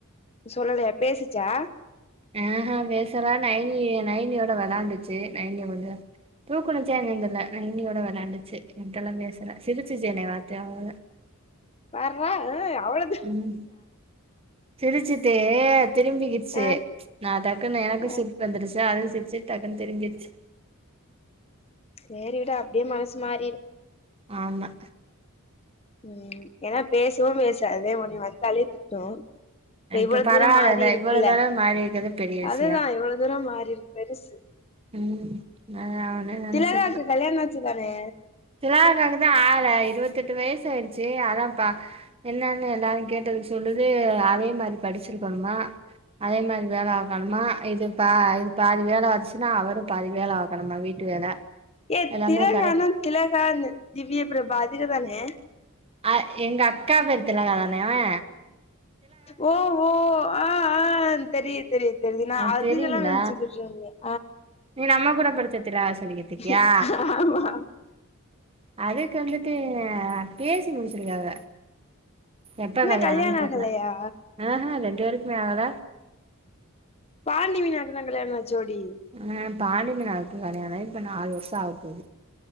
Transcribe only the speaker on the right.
ஆஹ பேசல நைனி நைனியோட வெளான்டுச்சு நைனிய வந்து தூக்குணுச்சா என்னனு தெர்ல நைனியோட வெளாண்டுச்சு என்ட்டெல்லா பேசல சிரிச்சிச்சு என்னைய பாத்து அவ்ளதா
ம் சிரிச்சுட்டு திரும்பிக்கிச்சி
நா டக்குன்னு எனக்கு
சிரிப்பு வந்துருச்சாஅதுவு சிரிச்சு டக்குன்னு திரும்பிருச்சு
ஆமா
இப்ப பரவாயில்லல்ல
இவ்வளவு தூரோ மாறி இருக்கறது பெரிய விஷயோ
ம் நா அவன நனச்சுக்கற
திலானாக்கு தா ஆள இருவத்தெட்டு வயசு ஆய்டுச்சு அதான்ப்பா என்னன்னு எல்லாரு கேட்டதுக் சொல்லுது அதே மாரி படிச்சிருக்கணுமா அதே மாரி வேலை பாக்கணுமா இது பா இது பாதி வேல வச்சு னா அவரு பாதி வேல பாக்கனுமா வீட்டு வேல
எல்லாமே
கரெக்ட்
அ எங்க அக்கா பேரு திலகா தான வ
உனக்கு
தெரியும்ல
நீ நம்ம கூட படிச்ச திலகா சொல்லிகிட்டுருக்கியா
அதுக்கு வந்துட்டு பேசி முடிச்சிருக்காவ எப்ப
கல்யாணன்
தெர்ல
அக ரெண்டு பேருக்குமே ஆகல
ஆ பாண்டிமீனாவுக்கு கல்யாணோ ஆயி இப்ப நாலு வருஷோ ஆகப்போது